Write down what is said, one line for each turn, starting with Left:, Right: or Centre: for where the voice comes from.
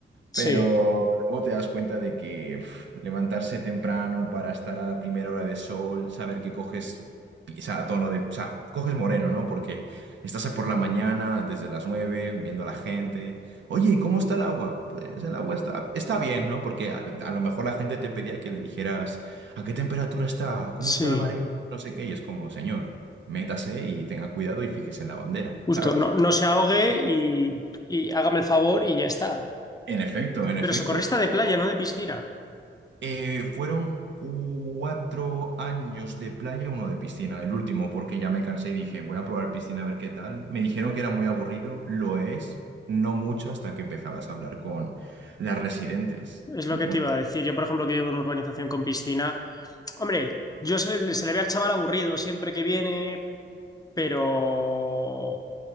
Left: Sí,
Right: pero luego te das cuenta de que uf, levantarse temprano para estar a la primera hora de sol, saber que coges, pi- o sea, tono de, o sea, coges moreno, ¿no? Porque estás por la mañana, desde las nueve, viendo a la gente. Oye, ¿y cómo está el agua? Pues el agua está, está bien, ¿no? Porque a a lo mejor la gente te pedía que le dijeras... ¿A qué temperatura está? ¿Cómo
Left: sí,
Right: está la marea? no sé qué, y es como, señor, métase y tenga cuidado y fíjese en la bandera,
Left: justo,
Right: ¿sabes?
Left: no, no se ahogue y, y hágame el favor y ya está.
Right: En efecto, en efecto.
Left: Pero socorrista
Right: pero,
Left: de playa, no de piscina,
Right: eh, fueron cuatro años de playa, uno de piscina, el último, porque ya me cansé y dije, voy a probar piscina a ver qué tal. Me dijeron que era muy aburrido, lo es, no mucho hasta que empezabas a hablar con las residentes.
Left: es lo
Right: Lo-
Left: que
Right: bueno,
Left: te iba a decir. Yo, por ejemplo, que vivo en una urbanización con piscina, hombre, yo se, se le ve al chaval aburrido siempre que viene, pero